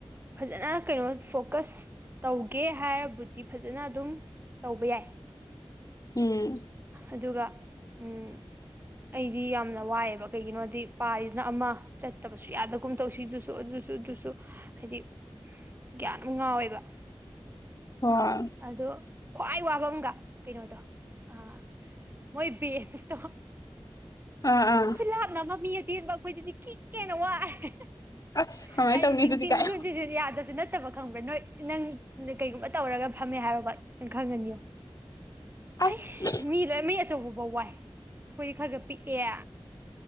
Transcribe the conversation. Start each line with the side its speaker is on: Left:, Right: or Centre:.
Right: ꯐꯖꯅ ꯀꯩꯅꯣ ꯐꯣꯀꯁ ꯇꯧꯒꯦ ꯍꯥꯏꯔꯕꯨꯗꯤ ꯐꯖꯅ ꯑꯗꯨꯝ ꯇꯧꯕ ꯌꯥꯏ꯫
Left: ꯎꯝ꯫
Right: ꯑꯗꯨꯒ ꯎꯝ꯫ ꯑꯩꯗꯤ ꯌꯥꯝꯅ ꯋꯥꯏꯑꯦꯕ ꯀꯩꯒꯤꯅꯣꯗꯤ ꯄꯥꯔꯤꯖꯤꯅ ꯑꯃ ꯆꯠꯇꯕꯁꯨ ꯌꯥꯗꯒꯨꯝ ꯇꯧꯁꯤꯗꯨꯁꯨ ꯑꯗꯨꯁꯨ ꯑꯗꯨꯁꯨ ꯍꯥꯏꯗꯤ ꯒ꯭ꯌꯥꯟ ꯑꯃ ꯉꯥꯎꯋꯦꯕ꯫
Left: ꯍꯣꯢ꯫
Right: ꯑꯗꯣ ꯈ꯭ꯋꯥꯏ ꯋꯥꯕ ꯑꯃꯒ ꯀꯩꯅꯣꯗꯣ ꯑ ꯃꯣꯏ ꯕꯦꯁꯇꯣ
Left: ꯑꯥ ꯑꯥ
Right: ꯈꯨꯂꯥꯞ ꯅꯕ ꯃꯤ ꯑꯇꯦꯟꯕ ꯑꯈꯣꯏꯗꯗꯤ ꯀꯤꯛ ꯀꯦꯅ ꯋꯥꯢꯂꯦ <unintelligible>
Left: ꯑꯁ ꯀꯃꯥꯏꯅ
Right: ꯍꯥꯏꯗꯤ
Left: ꯇꯧꯅꯤ
Right: ꯆꯤꯡ
Left: ꯑꯗꯨꯗꯤ
Right: ꯆꯤꯡꯁꯨ
Left: ꯀꯥꯏ
Right: ꯌꯥꯗꯁꯨ ꯅꯠ ꯐꯠꯇꯕ ꯈꯪꯕ꯭ꯔꯥ ꯅꯣꯏ ꯅꯪ ꯀꯩꯒꯨꯝꯕ ꯇꯧꯔꯒ ꯐꯝꯃꯦ ꯍꯥꯏꯔꯣꯕ ꯈꯪꯒꯅꯤ ꯌꯦꯑꯣ ꯍꯩꯁ
Left: ꯑꯁ
Right: ꯃꯤ ꯂꯣꯏꯅ ꯃꯤ ꯑꯆꯧꯕꯕꯧꯕ ꯋꯥꯏ ꯑꯩꯈꯣꯏꯒꯤ ꯈꯔꯒ ꯄꯤꯛꯑꯦ